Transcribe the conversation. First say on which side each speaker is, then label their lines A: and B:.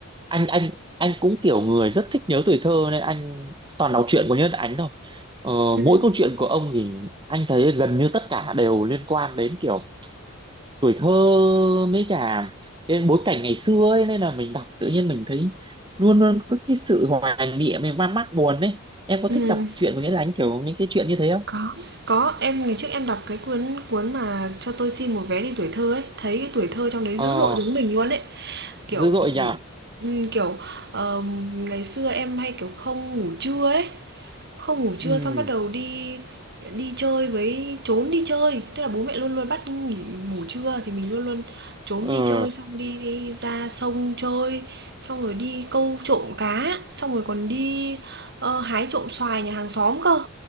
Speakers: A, on the right (about 20°); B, on the right (about 55°).
A: anh anh anh cũng kiểu người rất thích nhớ tuổi thơ nên anh toàn đọc truyện của Nhân Ánh thôi ờ,
B: Ừm.
A: mỗi câu chuyện của ông thì anh thấy gần như tất cả đều liên quan đến kiểu tuổi thơ mấy cả cái bối cảnh ngày xưa ấy nên là mình đọc tự nhiên mình thấy luôn luôn có cái sự hoài niệm mình man mác buồn ấy em có
B: Ừm.
A: thích đọc truyện của Nhân Ánh kiểu những cái chuyện như thế không
B: Có, có, em ngày trước em đọc cái cuốn cuốn mà Cho tôi xin một vé đi tuổi thơ ấy, thấy cái tuổi thơ trong đấy
A: ờ
B: dữ dội giống mình luôn ấy, kiểu
A: dữ dội
B: dù
A: nhỉ
B: ừm, kiểu ờm, ngày xưa em hay kiểu không ngủ trưa ấy, không ngủ trưa
A: ừ
B: xong bắt đầu đi đi chơi với trốn đi chơi, tức là bố mẹ luôn luôn bắt nghỉ ngủ trưa thì mình luôn luôn trốn
A: ờ
B: đi chơi, xong đi đi ra sông chơi, xong rồi đi câu trộm cá, xong rồi còn đi, ơ, hái trộm xoài nhà hàng xóm cơ.